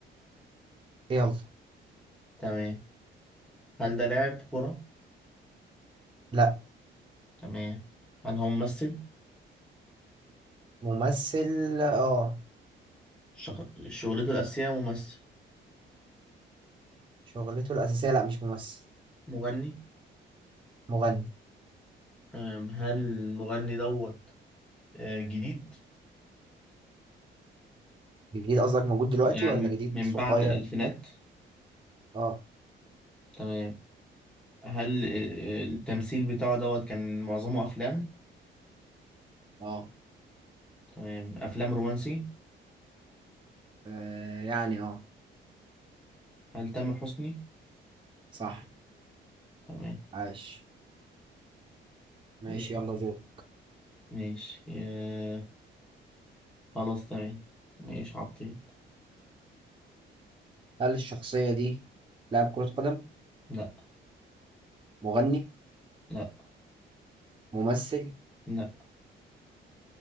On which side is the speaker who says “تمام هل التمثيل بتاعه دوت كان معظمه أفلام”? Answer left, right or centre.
Centre